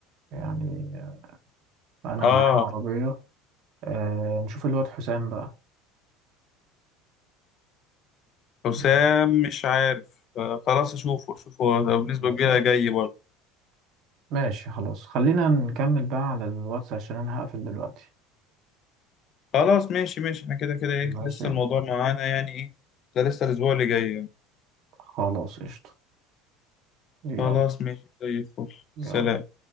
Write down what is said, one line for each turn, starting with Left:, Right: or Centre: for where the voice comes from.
Right: يعني آه، انا
Left: اه
Right: معايا عربية آه، نشوف الواد حسام بقى
Left: حسام
Right: ماشي
Left: مش عارف آه خلاص اشوفه اشوفه هو بنسبه
Right: ماشي
Left: كبيره جاي برضه
Right: ماشي خلاص خلينا نكمل بقى على الواتس عشان انا هقفل دلوقتي
Left: خلاص ماشي ماشي احنا كده كده ايه
Right: ماشي
Left: لسه الموضوع معانا يعني ايه ده لسه الاسبوع اللي جاي يعني
Right: خلاص قشطة يلا
Left: خلاص ماشي زي الفل
Right: يلا
Left: سلام